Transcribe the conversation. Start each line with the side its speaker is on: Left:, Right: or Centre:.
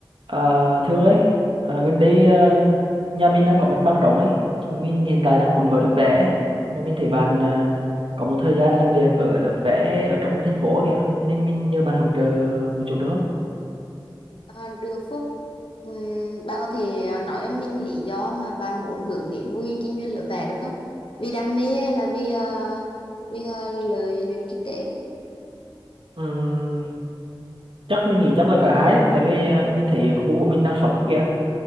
Right: À, Thương ơi, à, gần đây à, nhà mình đang có mặt bằng rộng ấy, mà mình hiện tại đang muốn mở lớp vẽ, ấy. mà mình thấy bạn à, có một thời gian làm việc ở lớp vẽ ở trong thành phố kìa, cho nên mình nhờ bạn hỗ trợ một chút được không?
Left: À, được Phúc Ừm, bạn có thể nói cho mình lý do mà bạn muốn hướng đến mô hình kinh doanh lửa vẽ được không vì đam mê hay là vì ờ, vì ờ, lợi nhuận kinh tế
Right: Ừm, chắc mình nghĩ chắc là cả hai, đấy, tại vì à, mình thấy khu của mình đang sống kìa,